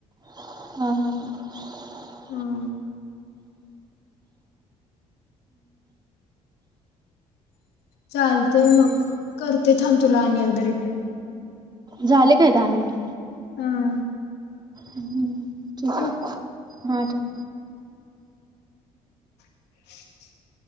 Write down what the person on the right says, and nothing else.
हा, हा, हा
झाले काय दहा मिनिटं?
हम्म ठीक आहे,
हा ठेव.